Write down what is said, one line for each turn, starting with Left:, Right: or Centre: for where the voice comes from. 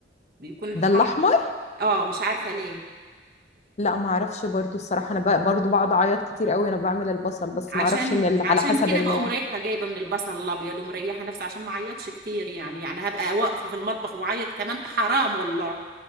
Right: بيكون
Left: ده
Right: حار
Left: الاحمر
Right: اه مش عارفه ليه
Left: لا ما اعرفش برضو الصراحه انا ب- برضو بقعد اعيط كتير قوي وانا بعمل البصل بس
Right: عشان
Left: ما اعرفش ان ال-
Right: عشان
Left: على حسب
Right: كده
Left: النوع
Right: بقوم رايحه جايبه من البصل الابيض ومريحه نفسي عشان ما اعيطش كتير يعني يعني هبقى واقفه في المطبخ واعيط كمان حرام والله